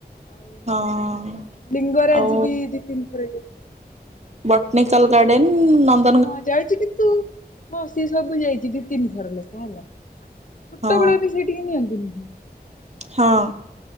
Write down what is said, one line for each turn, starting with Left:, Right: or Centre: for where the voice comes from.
Left: ଆଉ
Right: ହଁ
Left: ଲିଙ୍ଗରାଜ
Right: ଆଉ
Left: ବି ଦି ତିନି ଯାଇ
Right: ବୋଟ୍ନିକାଲ ଗାର୍ଡେନ୍ ନନ୍
Left: ହଁ ଯାଇଚି କିନ୍ତୁ ହଁ ସିଏ ସବୁ ଯାଇଚି ଦି ତିନିଥର ଲେଖା ହେଲା। ଛୁଟବେଳେ
Right: ହଁ
Left: ବି ସେଇଟିିକି ନିଅନ୍ତିନି କି?
Right: ହଁ।